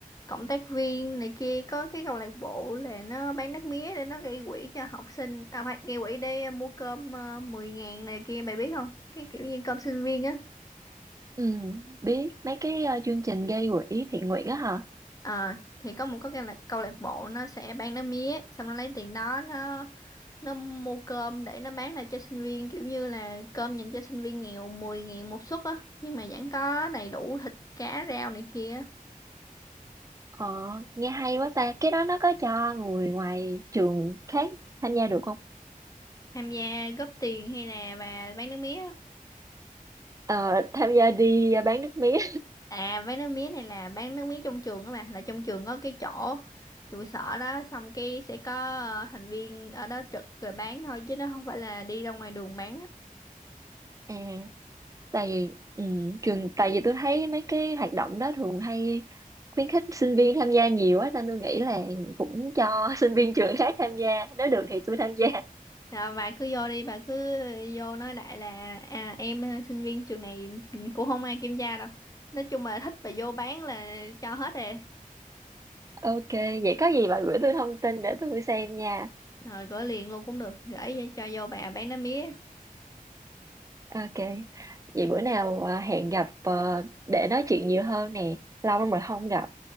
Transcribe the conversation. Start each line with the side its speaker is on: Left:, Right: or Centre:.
Left: cộng tác viên này kia có cái câu lạc bộ là nó bán nước mía để nó gây quỹ cho học sinh tao phải gây quỹ để ờ, mua cơm uh, 10 ngàn này kia mày biết không cái kiểu như cơm sinh viên á
Right: ừ biết mấy cái ờ, chương trình gây quỹ thiện nguyện á hả
Left: Ờ, thì có một có cái câu lạc, câu lạc bộ nó sẽ bán nước mía xong nó lấy tiền đó nó nó mua cơm để nó bán lại cho sinh viên kiểu như là cơm dành cho sinh viên nghèo mười ngàn một suất á nhưng mà vẫn có đầy đủ thịt cá rau này kia
Right: ờ nghe hay quá ta cái đó nó có cho người ngoài trường khác tham gia được không
Left: tham gia góp tiền hay là bà bán nước mía
Right: ờ tham gia đi ờ, bán nước mía
Left: à bán nước mía này là bán nước mía trong trường á bà là trong trường có cái chỗ trụ sở đó xong cái sẽ có ờ, thành viên ở đó trực rồi bán thôi chứ nó không phải là đi ra ngoài đường bán á
Right: <laughs> à tại vì ừ, trường tại vì tôi thấy mấy cái hoạt động đó thường hay khuyến khích sinh viên tham gia nhiều á nên tôi nghĩ là cũng cho <laughs> sinh viên trường khác tham gia nếu được thì tôi tham gia
Left: Rồi bà cứ vô đi bà cứ vô nói lại là à, em ờ, sinh viên trường này cũng không ai kiểm tra đâu nói chung là thích bà vô bán là cho hết rồi
Right: ok vậy có gì bà gửi tôi thông tin để tôi xem nha
Left: rồi gửi liền luôn cũng được gửi cho vô bà bán nước mía
Right: ok vậy bữa nào à, hẹn gặp ờ, để nói chuyện nhiều hơn nè lâu lắm rồi không gặp